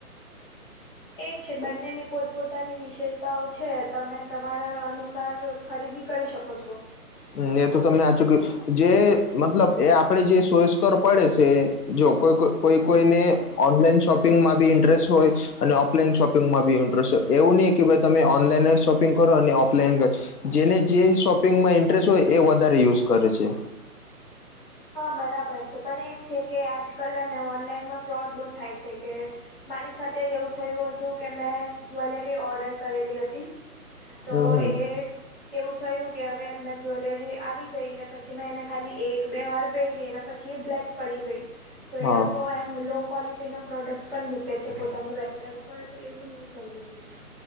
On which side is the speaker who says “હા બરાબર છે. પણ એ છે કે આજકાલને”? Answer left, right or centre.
Left